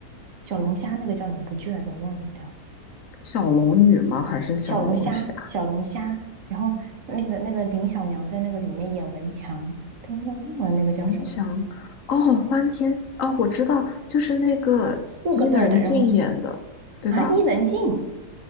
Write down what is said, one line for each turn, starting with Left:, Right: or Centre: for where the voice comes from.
Right: 小龙虾，那个叫哪部剧来着？我忘记掉。
Left: 小龙女吗？还是小龙虾？
Right: 小龙虾，小龙虾。然后那个那个林小娘在那个里面演文强，但是忘了那个叫什么
Left: 像哦，欢天喜哦，我知道，就是那个伊能静演的，
Right: 四个字儿的。然后
Left: 对吧？
Right: 啊，伊能静